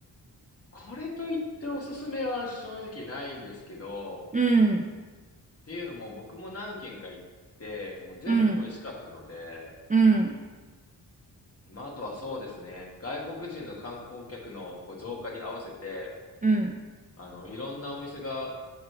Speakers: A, on the left; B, on the right.
A: これといっておすすめは正直ないんですけど、
B: うん。
A: っていうのも僕も何軒か行って、全部美味しかったので、
B: うん。うん。
A: まあ、あとはそうですね、外国人の観光客のこう増加に合わせて、
B: うん。
A: あの、いろんなお店が、